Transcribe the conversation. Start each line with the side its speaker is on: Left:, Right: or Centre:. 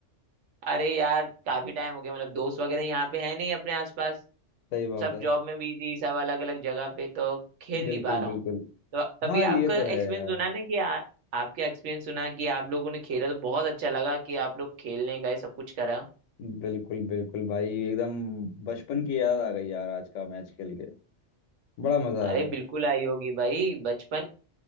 Right: अरे यार काफी टाइम हो गया मतलब दोस्त वगैरह यहाँ पे है नहीं अपने आसपास
Left: सही बात
Right: सब
Left: है
Right: जॉब में बिजी सब अलग अलग जगह पे तो खेल
Left: बिल्कुल
Right: नहीं पा रहा
Left: बिल्कुल
Right: हूँ तो तभी
Left: हाँ ये
Right: आपका
Left: तो
Right: एक्सपीरियंस
Left: है यार
Right: सुना ना कि आ, आपका एक्सपीरियंस सुना कि आप लोगों ने खेला तो बहुत अच्छा लगा कि आप लोग खेलने गए सब कुछ करा
Left: बिल्कुल बिल्कुल भाई एकदम बचपन की याद आ गई यार आज का मैच खेल के बड़ा मजा
Right: अरे
Left: आया
Right: बिल्कुल आई होगी भाई बचपन